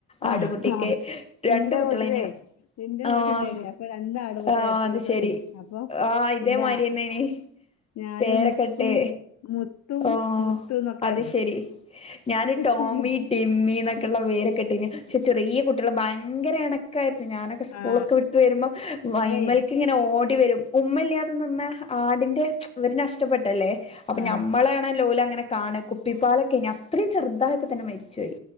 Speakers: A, on the left; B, on the left.
A: ആ
B: ആട്ടുംകുട്ടിക്ക്
A: ആ.
B: രണ്ടു
A: നിന്റെ
B: കുട്ടികളയിന്.
A: വീട്ടിലേ നിന്റെ
B: ആഹ്
A: വീട്ടുണ്ടായില്ലേ അപ്പൊ രണ്ട് ആടുകൂട്ട
B: ആഹ്
A: കുട്ടികളായിരുന്നു
B: അത് ശെരി.
A: അപ്പൊ
B: ആഹ് ഇതേ
A: നിന്റെ
B: മായിരിന്നെയാന്
A: ആ- ഞാന്
B: പേരക്കൊയിട്ട്
A: മുത്തു മുത്തും
B: ഓഹ്
A: മുത്തു എന്നൊക്കെ
B: അത് ശെരി ഞാന്
A: കിട്ടീന്
B: ടോമി. ടിമ്മിന്നൊക്കെയൊള്ള പേരൊക്കെ ഇട്ടീമിംഒകെ പോര് പക്ഷെ ചെറിയ കുട്ടികള് ഭയങ്കര എണക്കായിരുന്നു ഞാനൊ സ്കൂളൊക്കെ
A: ആ
B: വിട്ട് വരുമ്പോ വയിമ്മേൽക്കിന്നെ.
A: ഏയ്
B: ഓടി വരും ഉമ്മല്ലാത നിന്ന ആടിന്റെ ഇവ നഷ്ടപ്പെട്ടല്ലേ അപ്പൊ
A: ആ
B: നമ്മളെ ലോല അങ്ങനെ കാണ് കുപ്പിപ്പാലൊക്കെനി അത്രേം ചെറുതായപ്പോ തന്നെ മരിച്ചപോയി.